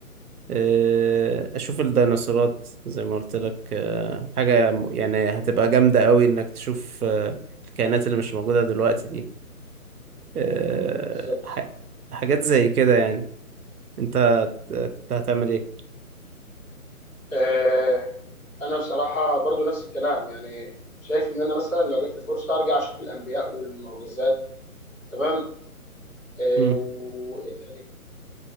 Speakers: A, on the right (about 80°); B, on the left (about 60°).
A: آه، اشوف الديناصورات زي ما قلت لك آه، حاجة م- يعني هتبقى جامدة قوي انك تشوف آه، الكائنات اللي مش موجودة دلوقتي دي آه،
B: بالظبط
A: ح-
B: صح
A: حاجات زي كده يعني انت هت- كنت هتعمل ايه
B: آه انا بصراحه برضو نفس الكلام يعني شايف ان انا مثلا لو جات لي فرصه ارجع اشوف الانبياء والمعجزات تمام آه
A: امم
B: وايه تاني